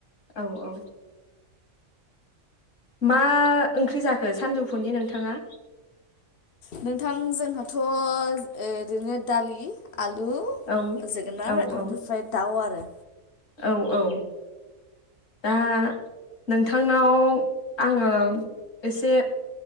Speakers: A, on the left; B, on the left.
A: औ औ मा ओंख्रि जाखो सानजौफुनि नोंथाङा?
B: नोंथां जोंहाथ' ओ इदिनो दालि आलु
A: औ
B: जोगोनार
A: औ
B: ओ
A: औ
B: निफ्राय दाउ आरो
A: औ औ दा नोंथांनाव आङो एसे